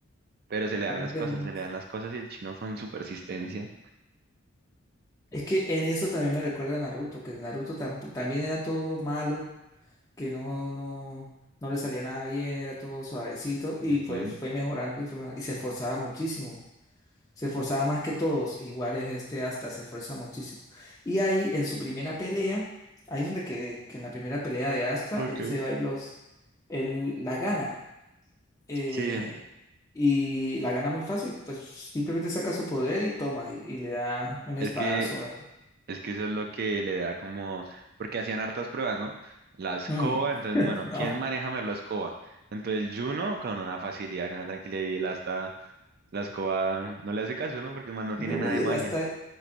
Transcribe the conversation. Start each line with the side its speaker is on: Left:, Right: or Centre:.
Right: Pero se
Left: aparentemente.
Right: le dan las cosas, se le dan las cosas y el chino con su persistencia.
Left: Es que en eso también me recuerda a Naruto, que Naruto tampo- también era todo malo, que no, no, no le salía nada bien, era todo suavecito y
Right: Ujú.
Left: pues fue mejorando y fue mejor, y se esforzaba muchísimo. Se esforzaba más que todos, e igual es este hasta se esfuerza muchísimo. Y ahí en su primera pelea, ahí es donde quedé, que en la primera pelea de Asta,
Right: Ok.
Left: él se va y los, él la gana. eh,
Right: Sí,
Left: y la gana muy fácil, pues simplemente saca su poder y toma y, y le da un espadazo.
Right: es que
Left: al-
Right: Es que eso es lo que le da como, porque hacían hartas pruebas, ¿no? La escoba,
Left: Mm,
Right: entonces,
Left: <laughs>
Right: bueno,
Left: No,
Right: ¿quién maneja mejor la escoba? Entonces, Juno con una facilidad, con una tranquilidad, y él hasta la escoba no le hace caso, ¿no? Porque man, no
Left: no,
Right: tiene nada
Left: y
Right: de
Left: el
Right: magia.
Left: Asta,